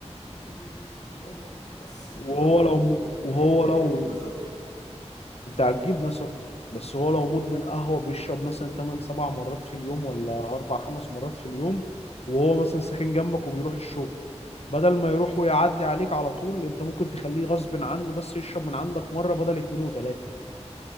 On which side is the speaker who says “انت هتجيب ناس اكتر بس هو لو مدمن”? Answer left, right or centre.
Left